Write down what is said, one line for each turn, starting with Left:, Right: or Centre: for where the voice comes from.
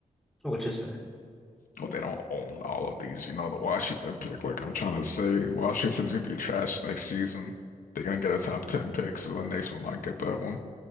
Centre: which is fair.
Left: Oh, they don't own all of these. You know, the Washington pick. Like I'm trying to say, Washington's gonna be trash next season. They're gonna get a top ten pick, so the Knicks will not get that one.